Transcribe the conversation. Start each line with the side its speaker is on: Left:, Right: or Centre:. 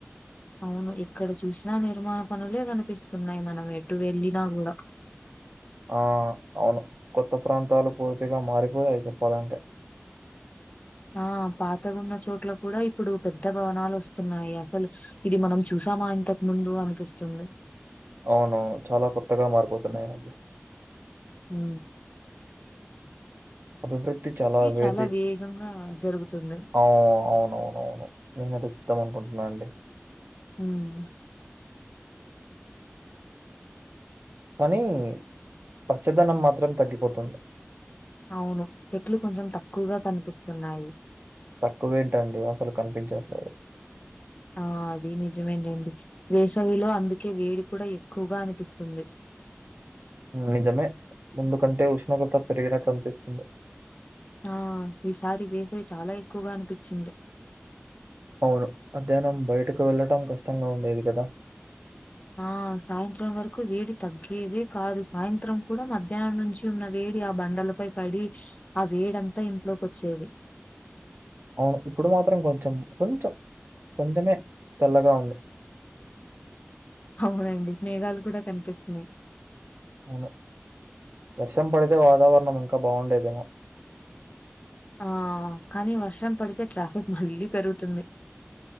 Left: అవును ఎక్కడ చూసినా నిర్మాణ పనులే కనిపిస్తున్నాయి మనం ఎటు వెళ్ళిన గూడా
Right: ఆ అవును కొత్త ప్రాంతాలు పూర్తిగా మారిపోయాయి చెప్పాలంటే
Left: ఆ పాత ఉన్న చోట్ల కూడా ఇప్పుడు పెద్ద భవనాలు వస్తున్నాయి. అసలు ఇది మనం చూ స్తామా ఇంతకు ముందు అనిపిస్తుంది
Right: అవునువును చాలా కొత్తగా మారిపోతున్నాయి మాకు
Left: హ
Right: అభివృద్ధి చాల వేది
Left: చాలా వేగంగా జరుగుతుంది.
Right: అవు అవునువునువును ఈయనతో చెప్దాం అనుకుంటున్నా అండి
Left: ఔన
Right: కానీ పచ్చదనం మాత్రం తగ్గిపోతుంది.
Left: అవును చెట్లు కొంచెం తక్కువగా కనిపిస్తున్నాయి.
Right: తక్కువేంటండి అసలు కనిపించట్లేదు.
Left: ఆ! అది నిజమేనండి వేసవిలో అందుకే వేడి కూడా ఎక్కువగా అనిపిస్తుంది.
Right: నిజమే ముందుకంటే ఉష్ణోగ్రత పెరిగినట్లు అనిపిస్తుంది.
Left: ఆ ఈసారి వేసవి చాలా ఎక్కువగా అనిపించింది.
Right: అవును మధ్యాహ్నం బయటకు వెళ్ళటం కష్టంగా ఉండేది కదా.
Left: ఆ సాయంత్రం వరకు వేడి తగ్గేదే కాదు. సాయంత్రం కూడా మధ్యాహ్నం నుంచి ఉన్న వే డి ఆ బండల పై పడి ఆ వేడంతా ఇంట్లోకి వచ్చేది.
Right: అవును ఇప్పుడు మాత్రం కొంచెం కొంచెం కొంచమే తెల్లగా ఉంది.
Left: అవునండి మేఘాలు కూడా కనిపిస్తున్నాయి.
Right: అవును వర్షం పడితే వాతావరణం ఇంకా బాగుండేదేమో
Left: ఆ కానీ వర్షం పడితే ట్రాఫిక్ మళ్ళీ పెరుగుతుంది.